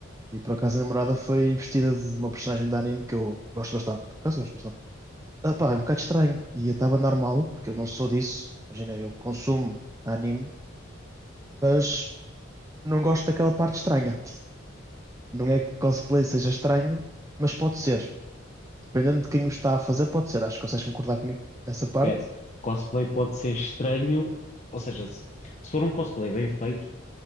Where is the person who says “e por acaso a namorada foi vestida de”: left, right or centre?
Right